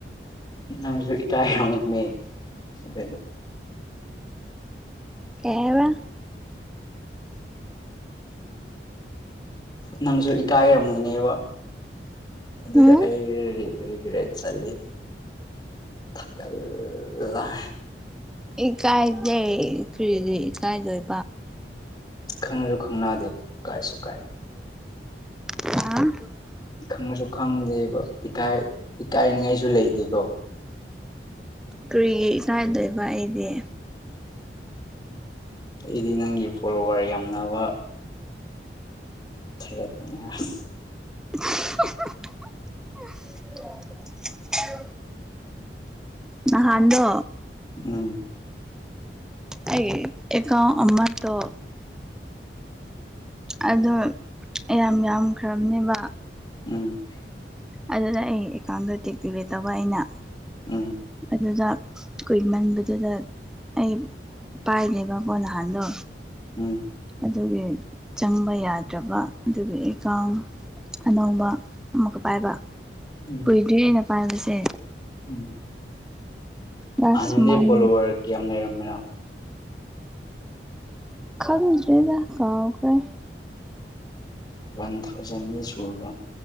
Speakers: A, on the left; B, in the centre.
A: ꯅꯪꯁꯨ ꯏꯀꯥꯏꯔꯝꯒꯅꯤ ꯑꯗꯒꯤ
B: ꯀꯩ ꯍꯥꯏꯕ
A: ꯅꯪꯁꯨ ꯏꯀꯥꯏꯔꯝꯒꯅꯤꯕ ꯑꯗꯨꯗ
B: ꯍꯨꯝ
A: ꯑꯩ ꯔꯤ ꯔꯦꯠ ꯆꯜꯂꯤ <unintelligible>
B: ꯏꯀꯥꯏꯗꯦ ꯀꯔꯤꯒꯤ ꯢꯀꯥꯏꯗꯣꯏ
A: ꯈꯪꯁꯨ ꯈꯪꯅꯥꯗꯦ ꯀꯥꯏꯁꯨ ꯀꯥꯏ
B: <unintelligible>
A: ꯈꯪꯉꯁꯨ ꯈꯪꯗꯦꯕ ꯏꯀꯥꯏ ꯏꯀꯥꯏꯅꯤꯡꯉꯥꯏꯁꯨ ꯂꯩꯇꯦꯀꯣ
B: ꯀꯔꯤꯒꯤ ꯏꯀꯥꯏꯗꯣꯏꯕ ꯑꯩꯗꯤ
A: ꯑꯩꯗꯤ ꯅꯪꯒꯤ ꯐꯣꯂꯣꯋꯥꯔ ꯌꯥꯝꯅꯕ ꯊꯒꯠꯄꯅꯦ ꯑꯁ
B: <unintelligible> ꯅꯍꯥꯟꯗꯣ
A: ꯎꯝ
B: ꯑꯩꯒꯤ ꯑꯦꯀꯥꯎꯅ ꯑꯃꯇꯣ ꯑꯗꯣ ꯌꯥꯝ ꯌꯥꯝꯈ꯭ꯔꯕꯅꯦꯕ
A: ꯎꯝ
B: ꯑꯗꯨꯗ ꯑꯩ ꯑꯦꯀꯥꯎꯟꯗ ꯗꯤꯑꯦꯛꯇꯤꯚꯦꯠ ꯇꯧꯕ ꯑꯩꯅ
A: ꯎꯝ
B: ꯑꯗꯨꯗ ꯀꯨꯏꯃꯟꯕꯗꯨꯗ ꯑꯩ ꯄꯥꯏꯕꯅꯦꯕ ꯀꯣ ꯅꯍꯜꯗꯣ
A: ꯎꯝ
B: ꯑꯗꯨꯒꯤ ꯆꯪꯕ ꯌꯥꯗ꯭ꯔꯕ ꯑꯗꯨꯒꯤ ꯑꯦꯀꯥꯎꯟ ꯑꯅꯧꯕ ꯑꯃꯨꯛꯀ ꯄꯥꯏꯕ
A: ꯎꯝ
B: ꯀꯨꯏꯗ꯭ꯔꯤ ꯑꯩꯅ ꯄꯥꯏꯕꯁꯦ
A: ꯎꯝ
B: ꯂꯥꯁ
A: ꯍꯥꯟꯅꯗꯤ
B: ꯃꯟ
A: ꯐꯣꯂꯣꯋꯔ ꯀꯌꯥꯝ ꯂꯩꯔꯝꯃꯤꯅꯣ
B: ꯈꯪꯗ꯭ꯔꯦꯗ ꯀꯥꯎꯈ꯭ꯔꯦ
A: ꯋꯥꯟ ꯊꯥꯎꯖꯟꯗꯤ ꯁꯨꯔꯕ